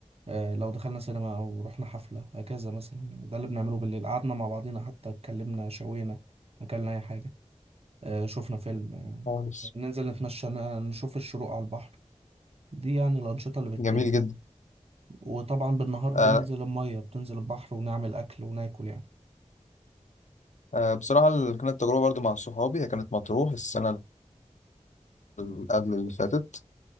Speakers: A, on the right; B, on the left.
A: آه، لو دخلنا سينما أو رحنا حفلة هكذا مثلا يعني ده اللي بنعمله بالليل قعدنا مع بعضينا حتى اتكلمنا شوينا أكلنا أي حاجة آه، شفنا فيلم
B: خالص
A: آه، ننزل نتمشى ن- نشوف الشروق على البحر دي يعني الأنشطة اللي بتتم
B: جميل جدا
A: وطبعا بالنهار بننزل
B: آه
A: المية بتنزل البحر ونعمل أكل وناكل يعني
B: آه بصراحة ال- كانت تجربة برضو مع صحابي هي كانت مطروح السنة اللي قبل اللي فاتت